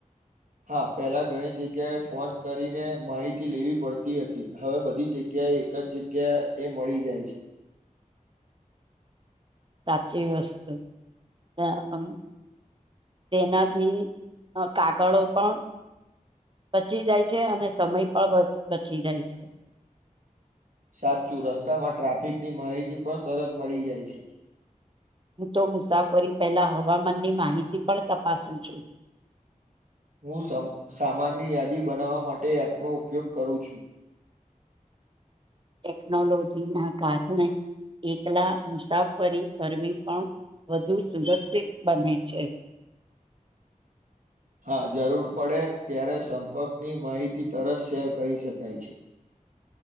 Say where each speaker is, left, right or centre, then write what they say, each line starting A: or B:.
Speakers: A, on the right (about 70°); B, on the right (about 35°).
A: હા પહેલા ઘણી જગ્યાએ ફોન કરીને માહિતી લેવી પડતી હતી હવે બધી જગ્યા એક જ જગ્યા એ મળી જાય છે
B: સાચી વસ્તુ ત્યાં એમ તેનાથી કાગળો પણ બચી જાય છે અને સમય પણ બચી જાય છે
A: સાચું રસ્તામાં ટ્રાફિકની માહિતી પણ તરત મળી જાય છે.
B: હું તો મુસાફરી પહેલાં હવામાનની માહિતી પણ તપાસું છું.
A: હું સમ સામાનની યાદી બનાવવા માટે એપનો ઉપયોગ કરું છું.
B: ટેકનોલોજી ના કારણે એકલા મુસાફરી કરવી પણ- વધુ સુરક્ષિત બને છે.
A: હા જરૂર પડે ત્યારે સંપર્કની માહિતી તરત શેર કરી શકાય છે. <unintelligible>